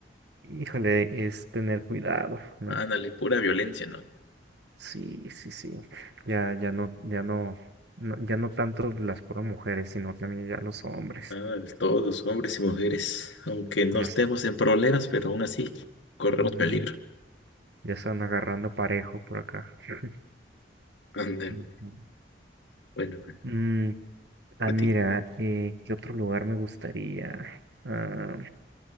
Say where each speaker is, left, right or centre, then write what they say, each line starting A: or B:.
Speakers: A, on the right; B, on the left.
A: híjole, es tener cuidado, ¿no?
B: ándale, pura violencia, ¿no?
A: Sí, sí, sí. Ya, ya no, ya no, no- ya no tanto las puras mujeres, sino también ya los hombres.
B: Ándale, todos, hombres y mujeres, aunque no
A: Ya,
B: estemos
A: es-
B: en problemas, pero aún así corremos
A: ujú,
B: peligro.
A: ya están agarrando parejo por acá. <laughs>
B: Ándale,
A: Ujú.
B: bueno, pues,
A: Mm, ah,
B: a
A: mira,
B: ti.
A: eh, ¿qué otro lugar me gustaría? Ah,